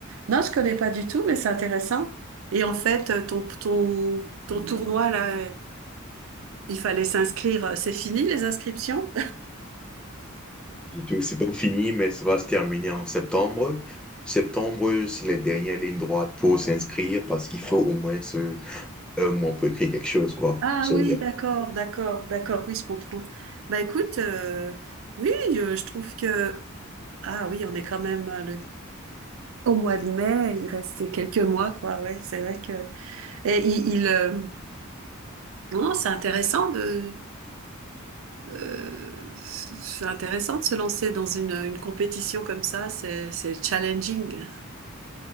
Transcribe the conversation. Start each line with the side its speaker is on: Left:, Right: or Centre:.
Right: Non, je connais pas du tout, mais c'est intéressant. Et en fait, euh, ton, ton, ton tournoi, là, Il fallait s'inscrire. C'est fini les inscriptions?
Centre: Du tout, c'est pas fini, mais ça va se terminer en septembre. Septembre, c'est les dernières lignes droites pour s'inscrire parce qu'il faut au moins ce, un mois pour écrire quelque chose, quoi.
Right: Ah
Centre: So,
Right: oui,
Centre: yeah.
Right: d'accord, d'accord, d'accord. Oui, je comprends. Bah écoute, euh, oui, euh, je trouve que ah oui, on est quand même euh, le... au mois de mai. Il reste quelques mois, quoi. Ouais, c'est vrai que et il, il, euh, non, c'est intéressant de euh, c'est intéressant de se lancer dans une, une compétition comme ça. C'est c'est challenging.